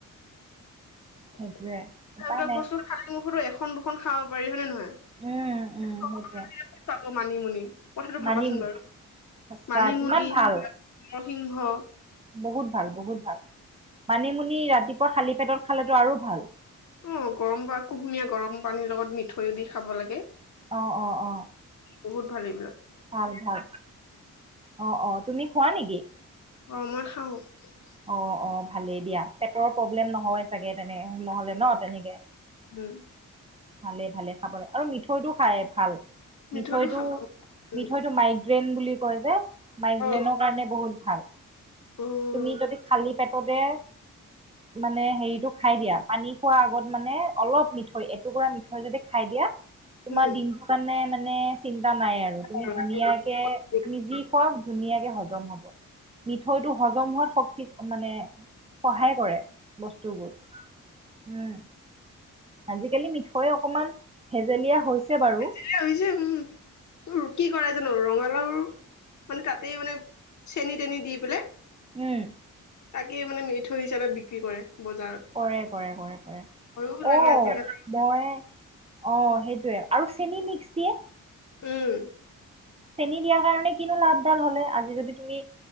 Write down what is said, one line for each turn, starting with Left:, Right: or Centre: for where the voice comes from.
Right: সেইটোৱে
Left: সেইবিলাক
Right: উপায় নাই
Left: বস্তু খালি মুখৰো এশ স দুষখন খাব পাৰি হয়নেে নহয়।
Right: উম উম
Left: চবতে
Right: সেইটোৱে
Left: ক'ত পাব মানিমুনি কথাটো
Right: মানিম
Left: ভাবাচোন বাৰু
Right: সঁচা
Left: মানিমুনি
Right: কিমান ভাল
Left: সিংহ
Right: বহুত ভাল বহুত ভাল মানিমুনি ৰাতিপুৱা শালি পেটত খালেতো আৰু ভাল <unintelligible>
Left: অ গৰম বা কুহুমীয়া গৰম পানীৰ লগত মিঠৈও দি খাব লাগে <unintelligible>
Right: অ-অ-অ
Left: বহুত ভাৰি
Right: ভাল-ভাল, অ-অ, তুমি খোৱা নেকি?
Left: অ মই খাওঁ <unintelligible>
Right: অ-অ ভালেই দিয়া, পেটৰ প্ৰব্লেম নহয় চাগে। তেনে, নহলে ন তেনেকে
Left: উম
Right: ভালে-ভালে খাব লাগে, আৰু মিঠৈটো খাই ভাল
Left: মিঠৈটো
Right: মিঠৈটো-মিঠৈটো
Left: খাব উম
Right: মাইকী <unintelligible> টেন বুলি কয় যে <unintelligible> মাইগ্ৰেইনৰ
Left: অ
Right: কাৰণে বহুত ভাল।
Left: উম
Right: তুমি যদি খালী? পেটতে মানে হেৰিটো খাই দিয়া, পানী খোৱাৰ আগত মানে, অলপ মিঠৈ টুকুৰা মিঠৈ যদি খাই দিয়া তোমাৰ
Left: উম
Right: দিনটো কাৰণে মানে, চিন্তা চিন্তা নাই আৰু তুমি
Left: ভাবিছে
Right: ধুনীয়াকে, তুমি যি কওক ধুনীয়াকে সজাব <unintelligible> হজম হব, মিঠৈটো হজম হোৱাত শক্তি মানে, সহায় কৰে <unintelligible> বস্তুবোৰ হম আজিকালি মিঠৈ অকমান, ভেজেলীয়া হৈছে বাৰু।
Left: আজ হৈছে <unintelligible> আৰু কি কৰা যাব ৰঙালাও মানে তাতেই, মানে চেনি-তেনি দি পেলাই
Right: উম
Left: তাকেই মানে, মিঠৈ হিচাপত বিক্ৰী কৰে। বজাৰত
Right: কৰে-কৰে-কৰে-কৰে,
Left: ভয়ো লাগে
Right: অ
Left: আজিকালি
Right: মই অ সেইটোৱে, আৰু চেনি মিক্স দিয়ে
Left: উম
Right: চেনিী দিয়াৰ কাৰণে কিনো লাভদাল হলে, আজি যদি তুমি